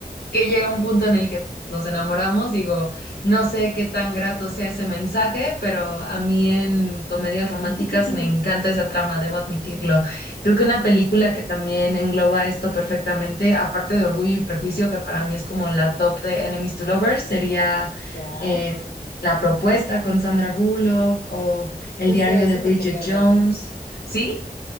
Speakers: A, on the left; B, on the left.
A: que llega un punto en el que nos enamoramos, digo, no sé qué tan grato sea ese mensaje, pero a mí en comedias románticas
B: <laughs>
A: me encanta esa trama, debo admitirlo. Creo que una película que también engloba esto perfectamente, aparte de Orgullo y Prejuicio, que para mí es como la top de Enemies to Lovers, sería
B: Ya,
A: em, La Propuesta con Sandra Bullock o El
B: justo
A: diario
B: de
A: de
B: eso
A: Bridget
B: te quería hablar.
A: Jones. ¿Sí?